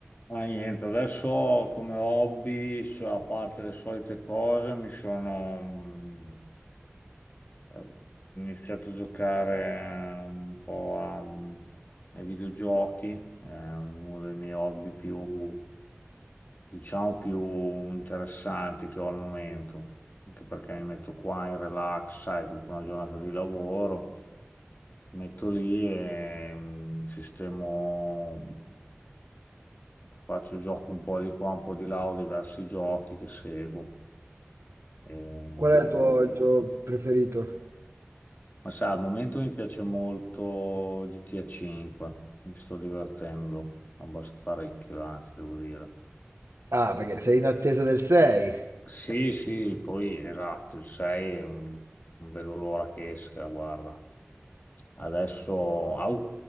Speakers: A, on the left; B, on the right.
A: Ma niente, adesso come hobby, cioè, a parte le solite cose, mi sono mm, eh, iniziato a giocare eh, un po' a, mm, ai videogiochi, è uno dei miei hobby più, diciamo, più interessanti che ho al momento, anche perché mi metto qua in relax, sai, dopo una giornata di lavoro, mi metto lì e mm, sistemo faccio gioco un po' di qua, un po' di là, ho diversi giochi che seguo. E
B: Qual
A: mi-
B: è il tuo, il tuo preferito?
A: Ma sai, al momento mi piace molto GTA 5, mi sto divertendo abbast- parecchio, anzi, devo dire.
B: Ah, perché sei in attesa del 6.
A: Sì, sì, poi esatto, il 6 mm, non vedo l'ora che esca, guarda. Adesso au-